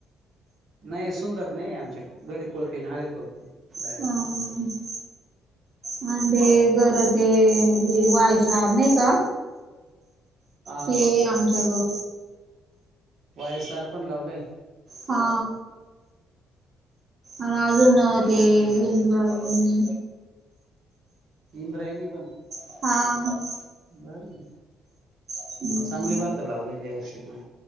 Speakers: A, on the right; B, on the right.
A: नाही सुंदर नाहीये आमच्याक घरी कोळपी ना हळी कोळपी लावली
B: हा म ते करत ते वायसार नाही का?
A: हा
B: ते आमच्या ग
A: वायसार पण लावलंय.
B: हा आणि अजून
A: चांगलं
B: ते इंद्रायणी
A: इंद्रयानी पण
B: हा
A: भारीये
B: हम्म
A: मग चांगली भाता लावल्यात या वर्षी पण